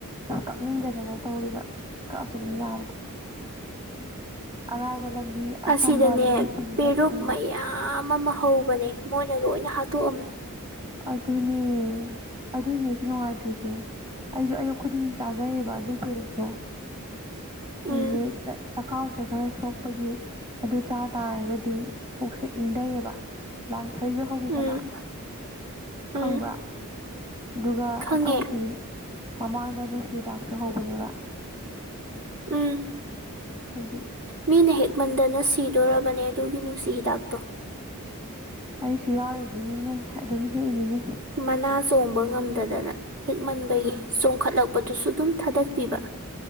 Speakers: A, on the right; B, on the right.
A: ꯑꯥ ꯀꯛꯅꯤꯡꯗꯗꯅ ꯇꯧꯔꯤꯕ ꯀꯛꯑꯁꯨ ꯑꯗꯨꯝ ꯌꯥꯕ ꯑꯔꯥꯏꯕ ꯂꯝꯕꯤ
B: ꯑꯁꯤꯗꯅꯦ
A: ꯑꯁꯝꯕ ꯂꯝꯕꯤ ꯊꯤꯒꯤꯕ
B: ꯄꯦꯔꯨꯛ
A: ꯎꯪ
B: ꯃꯌꯥꯝ ꯑꯃ ꯍꯧꯕꯅꯦ ꯃꯣꯏꯅ ꯂꯣꯏꯅ ꯍꯥꯠꯇꯣꯛꯑꯝꯃꯦ
A: ꯑꯗꯨꯅꯤꯏ ꯑꯗꯨꯏꯅꯦ ꯑꯩꯁꯨ ꯅꯨꯡꯉꯥꯏꯇ꯭ꯔꯤꯖꯦ ꯑꯩꯖꯨ ꯑꯌꯨꯛ ꯈꯨꯗꯤꯡꯒꯤ ꯆꯥꯖꯩꯌꯦꯕ ꯑꯗꯨꯏ ꯄꯦꯔꯨꯛꯇꯣ
B: ꯎꯝ
A: ꯑꯩꯖꯦ ꯆꯈꯥꯎꯁꯦ ꯈꯔ ꯁꯣꯛꯄꯒꯤ ꯑꯗꯨ ꯆꯥ ꯇꯥꯔꯒꯗꯤ ꯄꯨꯛꯁꯦ ꯏꯪꯙꯩꯌꯦꯕ ꯂꯥꯡꯊ꯭ꯔꯩꯖꯨ ꯍꯧꯋꯤꯗꯅ
B: ꯎꯝ
A: ꯈꯪꯕ꯭ꯔ
B: ꯎꯝ
A: ꯑꯗꯨꯒ
B: ꯈꯪꯉꯦ
A: ꯑꯩꯈꯣꯏ ꯑꯁꯤꯒꯤꯖꯦ ꯃꯃꯥꯡꯗ ꯅꯨꯡꯁꯤꯍꯤꯗꯥꯛꯁꯨ ꯍꯧꯕꯅꯦꯕ
B: ꯎꯝ
A: ꯍꯥꯏꯗꯤ
B: ꯃꯤꯅ ꯍꯦꯛꯃꯟꯗꯅ ꯁꯤꯗꯣꯔꯕꯅꯦ ꯑꯗꯨꯒꯤ ꯅꯨꯡꯁꯤ ꯍꯤꯗꯥꯛꯇꯣ
A: ꯑꯩꯁꯨ ꯌꯥꯎꯔꯤꯗꯤꯅꯤꯅꯦ ꯑꯗꯨꯝ ꯍꯦꯛꯏꯅꯤꯅꯦ
B: ꯃꯅꯥ ꯆꯣꯡꯕ ꯉꯝꯗꯗꯅ ꯍꯦꯛꯃꯟꯕꯒꯤ ꯆꯣꯡꯈꯠꯂꯛꯄꯗꯨꯁꯨ ꯑꯗꯨꯝ ꯊꯥꯗꯠꯄꯤꯕ